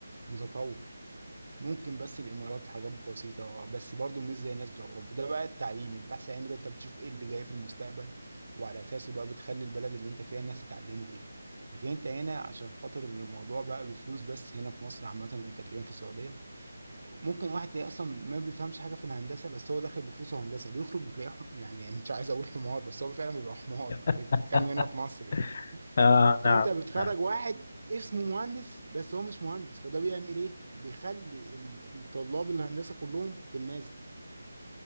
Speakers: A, on the right; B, on the left.
A: متطور ممكن بس الامارات حاجات بسيطه بس برضو مش زي الناس بتوع اوروبا ده بقى التعليم البحث العلمي ده انت بتشوف ايه اللي جاي في المستقبل وعلى اساسه بقى بتخلي البلد اللي انت فيها الناس تتعلموا ايه لكن انت هنا عشان خاطر الموضوع بقى بفلوس بس هنا في مصر عامه وتقريبا في السعوديه ممكن واحد تلاقيه اصلا ما بيفهمش حاجه في الهندسه بس هو داخل بفلوسه هندسه بيخرج بتلاقيه حم... يعني مش عايز اقول حمار بس هو فعلا بيبقى حمار ما فيش
B: <laughs>
A: بنتكلم هنا في مصر يعني.
B: آه
A: فانت
B: نعم
A: بتخرج
B: نعم
A: واحد اسمه مهندس بس هو مش مهندس فده بيعمل ايه بيخلي ال- الطلاب الهندسه كلهم في النازل